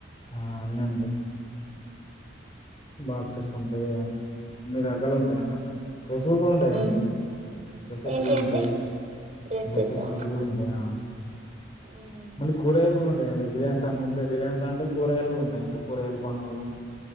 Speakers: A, on the left; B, on the right.
A: ఆ అన్నంది బాక్సెస్ ఉంటాయి అ అన్ని రకాలు ఉంటాయి అందులో డ్రెస్సెస్ కూడా ఉంటాయియాండి
B: మ్మ్
A: డ్రెస్సెస్
B: ఏంటి
A: కూడా
B: అండి
A: ఉంటాయి
B: డ్రెస్సెసా
A: డ్రెస్సెస్ కూడా ఉంటాయా
B: మ్మ్
A: మళ్ళీ కూరయలు కూడా ఉంట అ అండి రిలయన్స్ అన్ని ఉంటే రిలయన్స్ దాంట్లో కూరగాయలు కూడా ఉంటాయి ఇంకా కూరగాయలు పనులు